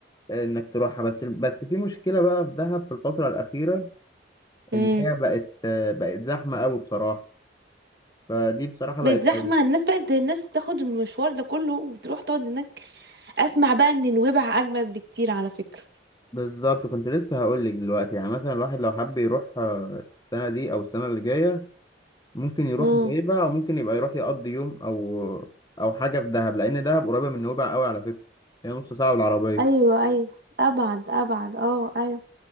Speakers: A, on the left; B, on the right.
A: انك تروحها بس بس في مشكله بقى في دهب في الفتره الاخيره
B: امم
A: ان هي بقت بقت زحمه قوي بصراحه فدي بصراحه بقت
B: بقت زحمة
A: عيب
B: الناس بقت الناس تاخد المشوار ده كله وتروح تقعد هناك اسمع بقى ان نويبع اجمد بكتير على فكرة
A: بالظبط كنت لسه هقول لك دلوقتي يعني مثلا الواحد لو حب يروح آه، السنه دي او السنه اللي جايه ممكن يروح
B: امم
A: نويبع او ممكن يبقى يروح يقضي يوم او او حاجه في دهب لان دهب قريبه من نويبع قوي على فكره هي نص ساعه بالعربيه
B: ايوه ايوه ابعد ابعد اه ايوه